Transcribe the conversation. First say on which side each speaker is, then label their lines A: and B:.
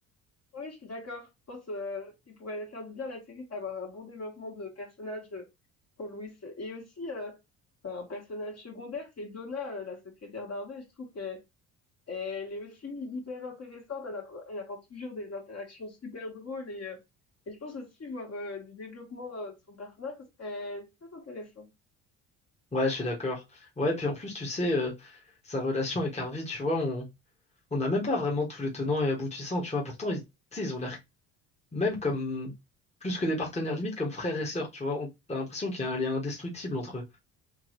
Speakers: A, on the left; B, on the left.
A: Oui, je suis d'accord. Je pense euh, qu'il pourrait faire du bien à la série d'avoir un bon développement de personnage euh, pour Louis. Et aussi, euh, enfin, un personnage secondaire, c'est Donna, euh, la secrétaire d'Harvey. Je trouve qu'elle elle est aussi hyper intéressante. Elle, app- elle apporte toujours des interactions super drôles. Et, euh, et je pense aussi voir euh, du développement euh, de son personnage, ce serait très intéressant.
B: Ouais, je suis d'accord. Ouais, puis en plus, tu sais, euh, sa relation avec Harvey, tu vois, on on n'a même pas vraiment tous les tenants et aboutissants, tu vois. Pourtant, ils, tu sais, ils ont l'air même comme plus que des partenaires limite, comme frères et sœurs, tu vois. On a l'impression qu'il y a un lien indestructible entre eux.